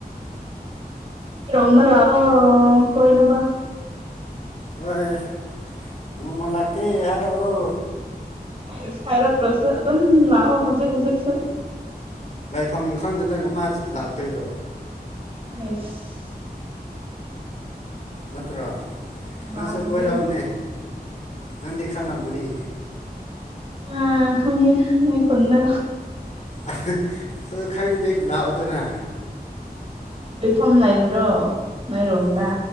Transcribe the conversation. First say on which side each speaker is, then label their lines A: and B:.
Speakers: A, on the right; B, on the left.
A: ꯀꯤꯔꯣꯝꯗ ꯂꯥꯛꯑꯣ ꯀꯣꯏꯅꯕ
B: ꯍꯣꯏ ꯅꯣꯡꯃ ꯂꯥꯛꯀꯦ ꯍꯥꯏꯔꯛꯑꯣ
A: ꯍꯦꯁ ꯍꯥꯏꯔꯛꯇ꯭ꯔꯁꯨ ꯑꯗꯨꯝ ꯂꯥꯛꯑꯣ ꯍꯧꯖꯤꯛ ꯍꯧꯖꯤꯛꯁꯨ
B: ꯂꯥꯏꯐꯝ ꯈꯪꯗꯅ ꯀꯃꯥꯏꯁ ꯂꯥꯛꯇꯣꯏꯔꯣ
A: ꯑꯥꯏꯁ
B: ꯅꯠꯇ꯭ꯔꯣ
A: ꯏꯃꯥꯟꯅꯕꯤ
B: ꯅꯪꯁꯨ ꯀꯣꯏꯔꯛꯎꯅꯦ ꯅꯪꯗꯤ ꯈꯪꯂꯝꯒꯅꯤ
A: ꯑꯥ ꯈꯪꯉꯤ ꯅꯣꯏ ꯈꯨꯟꯗꯣ
B: ꯑꯗꯨ ꯈꯪꯉꯤꯗꯤ ꯂꯥꯛꯎꯗꯅ
A: ꯀꯣꯏꯐꯝ ꯂꯩꯕ꯭ꯔꯣ ꯅꯣꯏꯔꯣꯝꯗ
B: ꯎꯝ